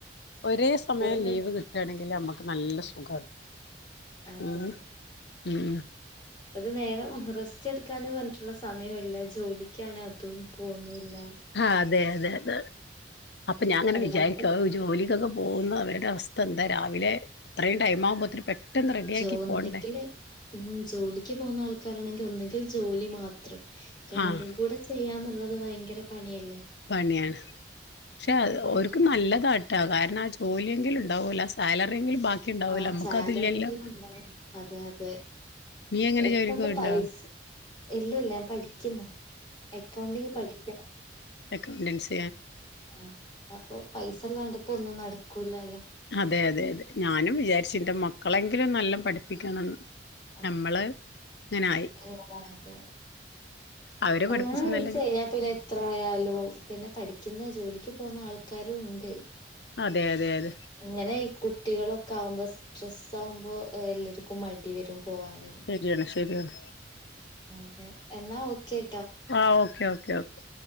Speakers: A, on the left; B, on the left.
A: ഒരേ സമയം
B: പോയി നി
A: ലീവ് കിട്ടുകയാണെങ്കിൽ നമക്ക് നല്ല സുഖമാണ്
B: അതെ
A: ഉം ഉം
B: ഒരു നേരം റെസ്റ്റ് എടുക്കാനും പറഞ്ഞിട്ടുള്ള സമയമില്ല ജോലി അതും പോന്നുല്ല
A: ആഹ് അതെ അതെ അത അപ്പൊ ഞാനങ്ങനെ
B: അല്ലാത്ത
A: വിചാരിക്കും അ ജോലിക്കൊക്കെ പോകുന്ന അവരുടെ അവസ്ഥ എന്താ രാവിലെ അത്രയും ടൈം ആകുമ്പോത്തിന് പെട്ടെന്ന് റെഡിയാക്കി
B: തേന്നെങ്കില്
A: പോണ്ടേ
B: ഉ ജോലിക്ക് പോകുന്ന ആൾക്കാ കാരാണെങ്കിൽ ഒന്നെങ്കിൽ ജോലി മാത്രം രണ്ടും
A: ആഹ്
B: കൂടെ ചെയ്യാന്നുള്ളത് ഭയങ്കര പണിയല്ലേ
A: പണിയാണ് പക്ഷെ
B: അതെ
A: ഓർക്ക് നല്ലതാ- കാരണം ആ ജോലിയെങ്കിലും ഉണ്ടാവൂല്ലേ സാലറിയെങ്കിലും ബാക്കി- ഉണ്ടാവൂല
B: ആ
A: നമ്മുക്കതില്ലല്ലോ
B: സാലറിങ്കിലും ഉണ്ടെ അതെ അതെ
A: നീ എങ്ങനെ
B: ഇപ്പൊക്കെ
A: ജോലിക്ക് പോയിണ്ടോ
B: പൈസ ഇല്ല ഇല്ല ഞാൻ പഠിക്കുന്നു അക്കൗണ്ടിങ് പഠിക്കണം
A: അക്കൗണ്ടൻസി
B: ആ അപ്പൊ പൈസ ഇല്ലാണ്ടിപ്പോ ഒന്നുംനടക്കൂല്ലല്ലോ
A: അതെ അതെ അതെ ഞാനും വിചാരിച്ചു എന്റ മക്കളെങ്കിലും നല്ല പഠിപ്പിക്കണമെന്ന്
B: ആഹ്
A: നമ്മള് ഇങ്ങനായി
B: <unintelligible> അതെ
A: അവരെ
B: കല്യാണം
A: പഠിപ്പിച്ച്
B: കഴിച്ച്കഴഞ്ഞാ
A: നല്ല
B: പിന്നെ എത്ര ആയാലും പിന്നെ പഠിക്കുന്ന ജോലിക്ക് പോകുന്ന ആൾക്കാരു ഉണ്ട്
A: അതെ അതെ അതെ
B: അങ്ങനെ ഈ കുട്ടികളൊക്കെ ആകുമ്പോ സ്ട്രെസ്സ് ആകുമ്പോ എല്ലാർക്കും മടി വരും പോവാന്
A: ശരിയാണ് ശരിയാണ്
B: അതെ എന്നാ ഓക്കെ
A: ആ ഓക്കേ ഓക്കേ ഓക്കേ